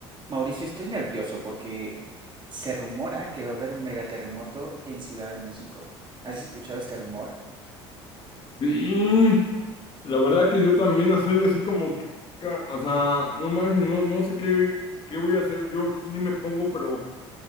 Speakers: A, on the right (about 35°); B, on the left (about 40°).
A: Mauricio, estoy nervioso porque se rumora que va a haber un megaterremoto en Ciudad de México. ¿Has escuchado este rumor?
B: Sí, la verdad que yo también soy así como, que, ca- o sea, no manches, no, no sé qué, qué voy a hacer, yo sí me pongo, pero,